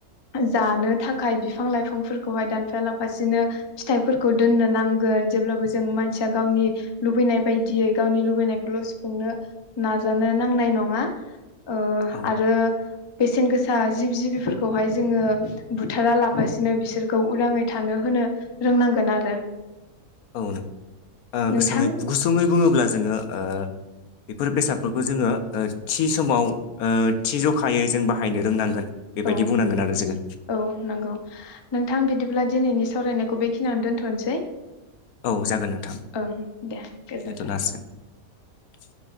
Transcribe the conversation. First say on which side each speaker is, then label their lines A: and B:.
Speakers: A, on the left (about 30°); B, on the left (about 80°).
A: जानो थाखाय बिफां-लाइफांफोरखौहाय दानफाया लाफासिनो फिथाइफोरखौ दोननो नांगोन जेब्लाबो जों मानसिया गावनि लुबैनाय बायदियै गावनि लुबैनायखौल' सुफुंनो नाजानो नांनाय नङा। ओ
B: औ
A: आरो बेसेन गोसा। दा जिब जिबिफोरखौहाय जोङो बुथारा लाफासिनो बिसोरखौ उदाङै थानो होनो रोंनांगोन आरो।
B: औ नंगौ ओ
A: नोंथां
B: गुसुङै-गुसुङै बुङोब्ला जोङो ओ। बेफोर बेसादफोरखौ जोङो ओ थि समाव ओ थि जखायै जों बाहायनो रोंनांगोन। बेबायदि
A: औ-औ
B: बुंनांगोन आरो जोङो
A: नंगौ नोंथां बिदिब्ला दिनैनि। सावरायनायखौ बेखिनियावनो दोनथ'नोसै।
B: औ जागोन नोंथां
A: ओं दे गोजोन्थों
B: दोनथ'नो हासिगोन। <inaudible>